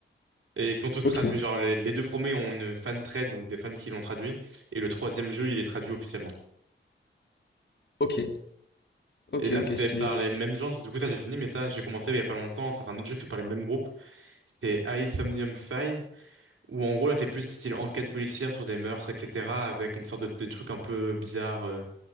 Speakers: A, on the right (about 80°); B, on the left (about 55°).
A: Et ils sont tous traduits.
B: Ok,
A: Genre, les, les deux premiers ont une fan trade, donc des fans qui l'ont traduit. Et le troisième jeu, il est traduit officiellement.
B: ok. Ok,
A: Et là,
B: ok,
A: fait
B: stylé.
A: par les mêmes gens. Du coup, ça, j'ai fini, mais ça, j'ai commencé il y a pas longtemps. Ça, c'est un autre jeu fait par les mêmes groupes. C'est Somnium File, où en gros, là, c'est plus style enquête policière sur des meurtres, etc. Avec une sorte de, de truc un peu bizarre, euh,